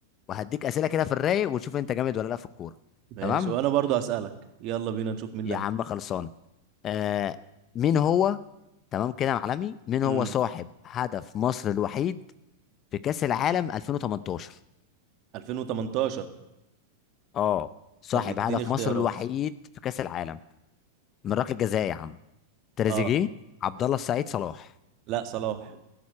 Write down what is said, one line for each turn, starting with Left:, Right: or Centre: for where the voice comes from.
Left: وهديك اسئله كده في الرايق ونشوف انت جامد ولا لا في الكوره
Right: ماشي
Left: تمام
Right: وانا برضو هسألك يلا بينا نشوف مين
Left: يا
Right: لجنة
Left: عم خلصانه آه مين هو تمام كده يا معلمي مين
Right: امم
Left: هو صاحب هدف مصر الوحيد في كاس العالم 2018
Right: 2018
Left: اه صاحب
Right: طب اديني
Left: هدف
Right: اختيارات
Left: مصر الوحيد في كاس العالم من ركله جزاء يا عم تريزيجيه
Right: اه
Left: عبد الله السعيد صلاح
Right: لا صلاح